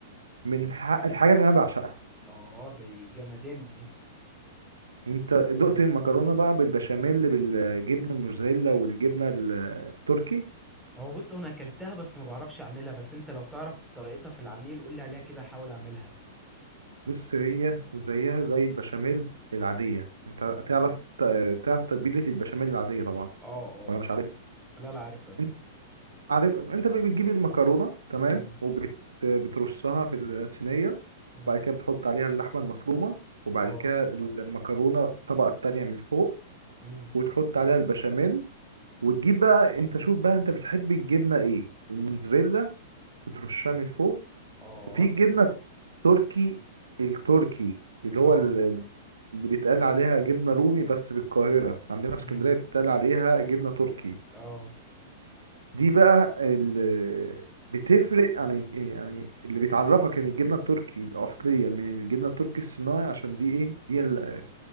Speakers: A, on the right; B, in the centre.
A: من ح- الحاجات اللي انا بعشقها
B: اه دي جمدان دي
A: انت دقت
B: م.
A: المكرونه بقى بالبشاميل بالجبنه الموزاريلا والجبنه ال- التركي
B: هو بص هو انا اكلتها بس ما بعرفش اعملها بس انت لو تعرف طريقتها في العميل قول لي عليها كده احاول اعملها
A: بص هي زيها زي البشاميل العاديه انت تعرف ت- تعرف تتبيله البشاميل العاديه طبعا
B: اه اه
A: ولا مش عارف
B: لا لا عارفها
A: انت عارف انت بتجيب المكرونه تمام
B: امم
A: وبترصها في الصينيه
B: امم
A: وبعد كده بتحط عليها اللحمه المفرومه وبعد
B: اه
A: كده المكرونه الطبقه التانية من فوق
B: امم
A: وتحط عليها البشاميل وتجيب بقى انت شوف بقى انت بتحب الجبنه ايه الموزاريلا بترشها من فوق
B: اه
A: وفي الجبنه التركي التركي اللي هو
B: اه
A: ال- اللي بيتقال عليها جبنه رومي بس في القاهره عندنا في اسكندريه
B: امم
A: بيتقال عليها جبنه تركي
B: اه
A: دي بقى اللي بتفرق يعني يعني اللي بيتعرفك ان الجبنه التركي الاصليه من الجبنه التركي الصناعي عشان دي ايه دي ال...